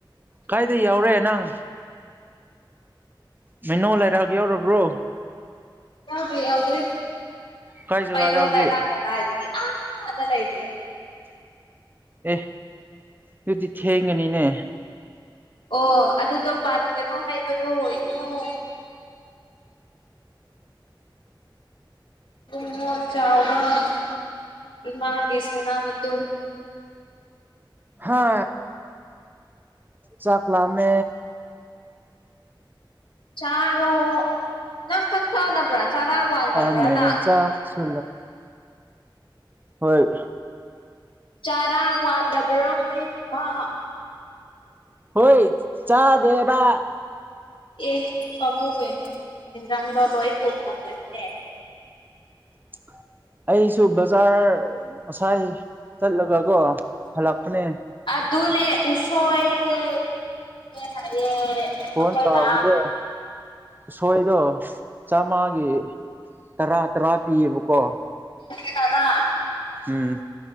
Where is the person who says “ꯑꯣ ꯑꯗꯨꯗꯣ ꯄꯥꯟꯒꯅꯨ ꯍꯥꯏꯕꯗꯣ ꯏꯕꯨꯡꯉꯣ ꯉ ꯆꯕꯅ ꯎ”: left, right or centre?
Left